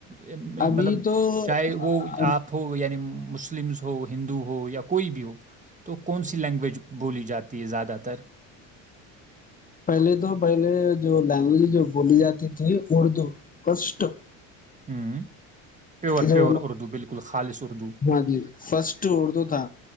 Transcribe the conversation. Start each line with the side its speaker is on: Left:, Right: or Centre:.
Right: مطلب
Left: ابھی تو
Right: چاہے وہ آپ ہو یعنی مسلمس ہو ہندو ہو یا کوئی بھی ہو تو کون سی لینگویج بولی جاتی ہے زیادہ تر
Left: پہلے تو پہلے جو لینگویج جو بولی جاتی تھی اردو کسٹ
Right: ہوں پیور
Left: جو
Right: پیور اردو بالکل خالص اردو،
Left: ہاں جی فسٹ اردو تھا